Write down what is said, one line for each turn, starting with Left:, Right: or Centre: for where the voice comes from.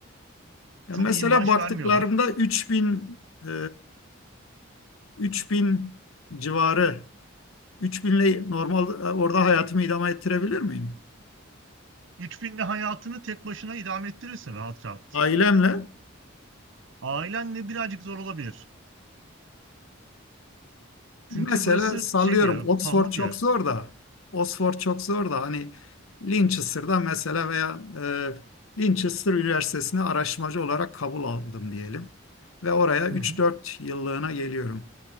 Left: Ya
Right: Çok
Left: mesela
Right: iyi maaş
Left: baktıklarımda
Right: vermiyorlar.
Left: üç bin, e, 3000 civarı 3000 ile normal e, orada hayatımı idame ettirebilir miyim?
Right: Üç binle hayatını tek başına idame ettirirsin rahat rahat.
Left: Ailemle
Right: Ailenle birazcık zor olabilir. Çünkü
Left: Mesela
Right: burası
Left: sallıyorum
Right: şey bir yer,
Left: Oxford
Right: pahalı
Left: çok
Right: bir yer.
Left: zor da Oxford çok zor da hani Linchester'da mesela veya e, Linchester Üniversitesi'ne araştırmacı olarak kabul aldım diyelim. Ve oraya 3-4
Right: Hı hı.
Left: yıllığına geliyorum.